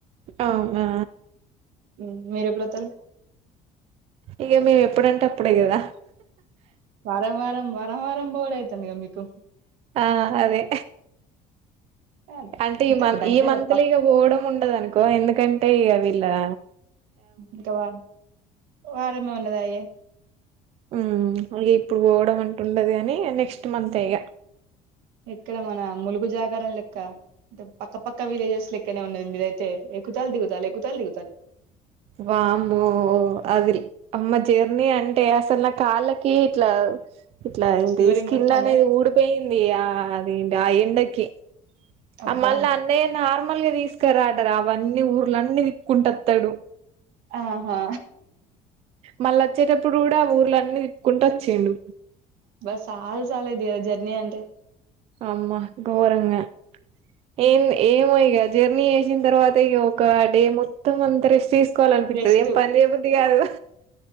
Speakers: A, on the right; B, on the right.
A: అవునా
B: హు మీరెప్పుడొతారు
A: ఇక మేమెప్పుడంటే అప్పుడే కదా
B: వారం వారం వారం వారం బోవు డయితాందిగా మీకు
A: ఆ అదే
B: ఆ,
A: అంటే
B: ఇంత
A: ఈ మంత్
B: దగ్గర
A: ఈ మంత్లో
B: పక్
A: ఇక పోవడం ఉండదు అనుకో ఎందుకంటే ఇక ఇలా
B: ఇంకా వ వారమే ఉన్నదాయే
A: ఊమ్ అగే ఇప్పుడు పోవడం అంటూ ఉండదు గానీ నెక్స్ట్ మంత్ ఆ ఇగ
B: ఇక్కడ మన ములుగు జాగరం లెక్క అంటే పక్క పక్క విలేజెస్ లెక్కనే ఉన్నది మీదయితే ఎక్కుతాల్ దిగుతాల్ ఎక్కుతాల్ దిగుతాల్
A: వామ్మో అది అమ్మ జర్నీ అంటే అసలు నా కాళ్ళకి ఇట్లా ఇట్లా ఏంటి
B: చివరి
A: స్కిన్
B: ఇంగొత్తాందా
A: అనేది ఊడిపోయింది ఆ అదేంటి ఆ ఎండకి
B: అబ్బా
A: అమ్మాల్ అన్నే నార్మ మామల్ గా తీసుకరాడరా అవన్నీ ఊర్లన్నీ తిక్కుంట వత్తాడు
B: ఆహా
A: మళ్ళ అచ్చేటప్పుడు కూడా ఆ ఊర్లన్నీ తిప్పుకుంటా వచ్చిండు
B: బస్ చాలు చాలద్ ఇగ జర్నీ అంటే
A: అమ్మా గోరంగా ఏందో ఏమో ఇగ జర్నీ చేసిన తర్వాత ఇగ ఒక డే మొత్తం అంతా రెస్ట్ తీస్ కోవాలనిపిత్తది
B: రెస్ట్
A: ఏం పని చేయ బద్ది కాదు